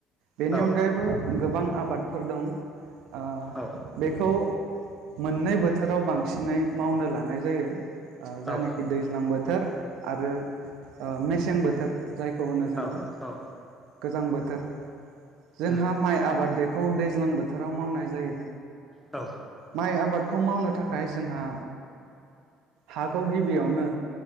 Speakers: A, on the right; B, in the centre.
A: बेनि
B: औ
A: अनगायैबो गोबां आबादफोर दं ओ
B: औ
A: बेखौ मोननै बोथोराव बांसिनै मावनो लानाय जायो ओ
B: औ
A: जानोखि दैज्लां बोथोर आरो ओ मेसें बोथोर जायखौ होनो जोङो।
B: औ औ
A: गोजां बोथोर जोंहा
B: उम
A: माइ आबाद बेखौ दैज्लां बोथोराव मावनाय जायो।
B: औ
A: माइ आबादखौ मावनो थाखाय जोंहा हाखौ गिबियावनो